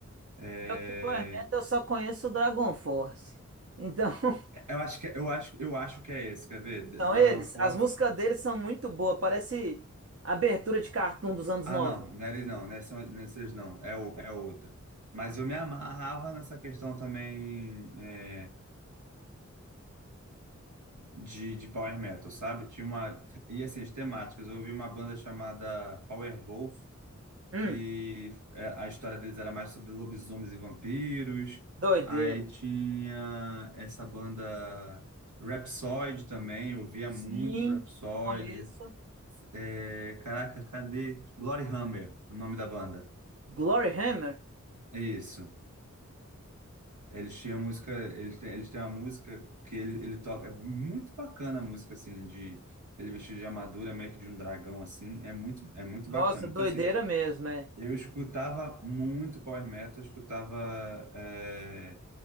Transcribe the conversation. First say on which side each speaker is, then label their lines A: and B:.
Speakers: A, on the right; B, on the right.
A: É,
B: Pior que Power Metal eu só conheço o Dragon Force. Então, <laughs>
A: eu acho que é, eu acho eu acho que é esse, quer ver? The
B: são
A: Dragon
B: eles.
A: Force
B: As músicas deles são muito boas. Parece abertura de cartoon dos anos
A: Ah,
B: 90.
A: não, não era isso não, não é não é vocês não, é, o- é outra. Mas eu me amarrava nessa questão também é, de, de power metal, sabe? Tinha uma. E assim, as temáticas. Eu ouvi uma banda chamada Power Wolf,
B: Hum.
A: que é, a história deles era mais sobre lobisomens e vampiros.
B: Doideira.
A: Aí tinha essa banda Rhapsody também, eu ouvia
B: Sim,
A: muito Rhapsody.
B: conheço.
A: É, caraca, cadê? Glory Hammer, o nome da banda.
B: Glory Hammer?
A: É Isso. Eles tinham música, eles têm, eles têm uma música que ele, ele toca, é muito bacana a música, assim, de ele vestido de armadura, meio que de um dragão, assim, é muito, é muito
B: Nossa,
A: bacana.
B: doideira
A: Então, assim,
B: mesmo, é.
A: eu escutava muito power metal, eu escutava é,